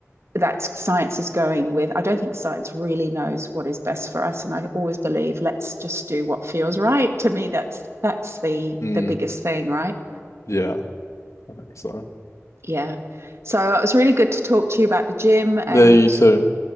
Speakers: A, on the right (about 60°); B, on the left (about 75°).
A: that science is going with. I don't think science really knows what is best for us, and I always believe let's just do what feels right. To me, that's that's the
B: Mm,
A: the biggest thing, right?
B: yeah. I think so.
A: Yeah. So it was really good to talk to you about the gym and
B: There you too.